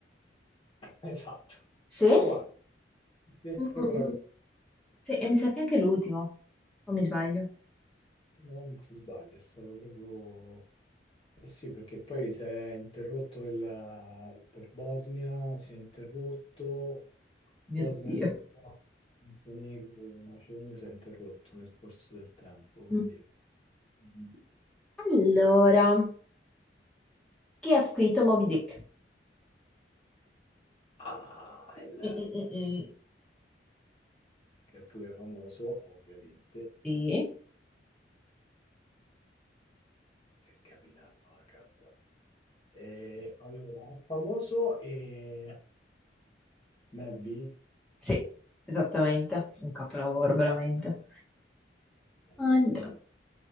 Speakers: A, on the left; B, in the centre.
A: <laughs> Esatto,
B: Sì?
A: croato, sì, è
B: Mm,
A: proprio
B: mm,
A: la Croazia,
B: mm. Sì, e mi sa che anche l'ultimo, o mi sbaglio?
A: no, non ti sbagli, è stato proprio... Eh sì, perché poi si è interrotto il... per Bosnia, si è interrotto,
B: Mio
A: Bosnia,
B: Dio.
A: Serbia, Montenegro, Macedonia si è interrotto nel corso del tempo, quindi...
B: Mm.
A: Mm.
B: Allora, chi ha scritto Moby Dick?
A: Ah, il...
B: Mm, mm, mm, mm.
A: che è pure famoso, ovviamente,
B: Sì,
A: il capitano Ahab. E, allora, famoso e Melville,
B: Sì, esattamente, un capolavoro veramente.
A: vabbè,
B: Allora,
A: quello